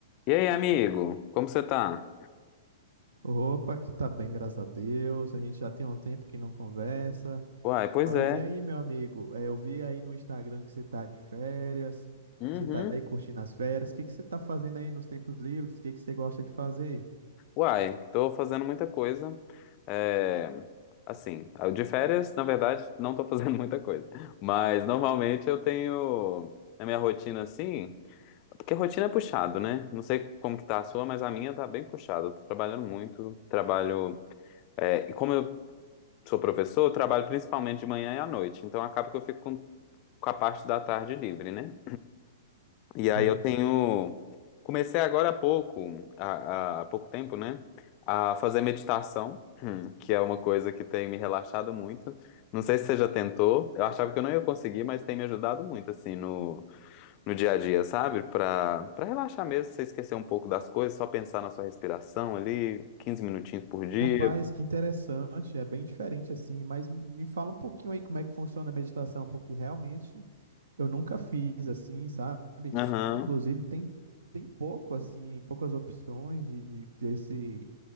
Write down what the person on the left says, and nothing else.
E aí, amigo? Como você tá?
Uai, pois
é.
Uhum.
Uai, tô fazendo muita coisa. É, assim, de férias, na verdade, não tô fazendo <laughs> muita coisa. Mas normalmente eu tenho na minha rotina assim, porque a rotina é puxado, né? Não sei como que tá a sua, mas a minha tá bem puxada. Eu tô trabalhando muito, trabalho. é, e como eu sou professor, eu trabalho principalmente de manhã e à noite. Então acaba que eu fico com com a parte da tarde livre, né? E aí
eu tenho. Comecei agora há pouco, há, há- há pouco tempo, né? A fazer meditação, <clears throat> hum, que é uma coisa que tem me relaxado muito. Não sei se você já tentou. Eu achava que eu não ia conseguir, mas tem me ajudado muito, assim, no, no dia a dia, sabe? Pra, pra relaxar mesmo, você esquecer um pouco das coisas, só pensar na sua respiração ali, quinze minutinhos por dia.
Aham.